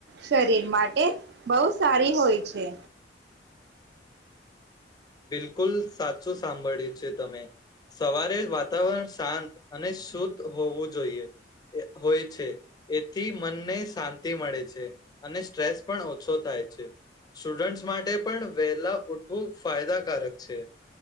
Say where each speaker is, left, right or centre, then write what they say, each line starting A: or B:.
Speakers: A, on the right (about 60°); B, on the left (about 20°).
A: શરીર માટે બહુ સારી હોય છે.
B: બિલકુલ સાચું સાંભળ્યું છે તમે, સવારે વાતાવરણ શાંત અને શુદ્ધ હોવું જોઈએ હોય છે એથી મનને શાંતિ મળે છે, અને સ્ટ્રેસ પણ ઓછો થાય છે, સ્ટુડન્ટસ માટે પણ વહેલા ઉઠવું. ફાયદાકારક છે,